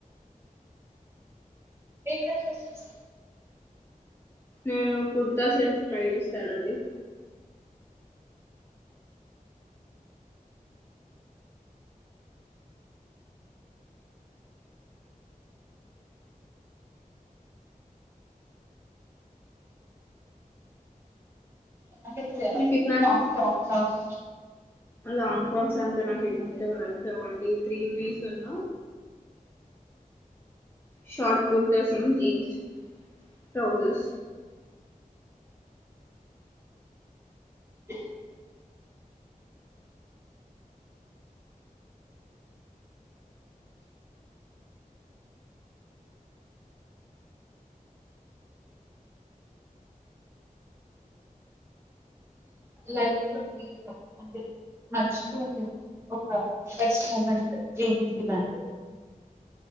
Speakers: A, on the right; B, on the left.
A: ఏ కలర్ డ్రెస్సెస్
B: నేను కుర్తా సెట్ ట్రై చేస్తానండి
A: నాకు తెలుసులే
B: మీకు ఇట్లా
A: off to of chance
B: long frocks అంతా నాకు అంతగా నచ్చవండి త్రీ పీస్ ఉన్న షార్ట్ కుర్తాస్ జీన్స్ ట్రాౌజర్స్
A: హ లైఫ్ లో మీరు అంటే మర్చిపోనిది ఒక బెస్ట్ మూమెంట్ ఏంటిదండి